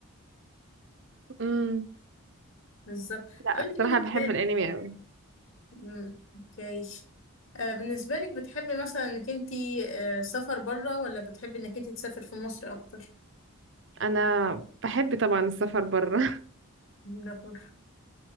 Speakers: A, on the right (about 55°); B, on the left (about 60°).
A: امم
B: بالظبط
A: لا
B: طب انت
A: بصراحة
B: بالنسبه
A: بحب الأنمي
B: لك
A: قوي
B: مم، اوكي آه، بالنسبه لك بتحبي مثلا انك انت آه، سفر بره ولا بتحبي انك انت تسافر في مصر اكتر
A: أنا بحب طبعا السفر برا
B: ده فر-